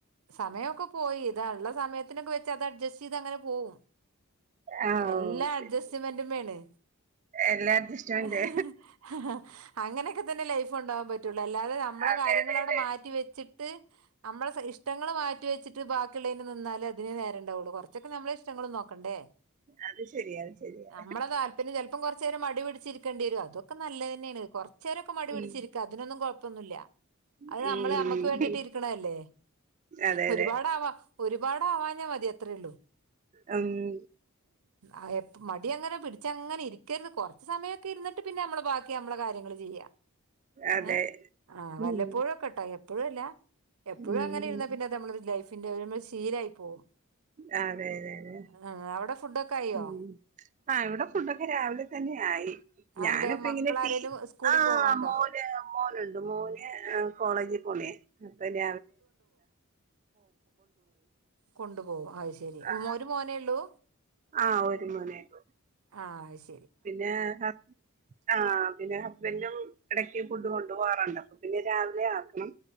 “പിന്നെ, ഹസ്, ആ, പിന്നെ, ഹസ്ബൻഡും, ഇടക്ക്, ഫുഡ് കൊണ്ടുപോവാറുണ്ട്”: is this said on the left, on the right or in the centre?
Right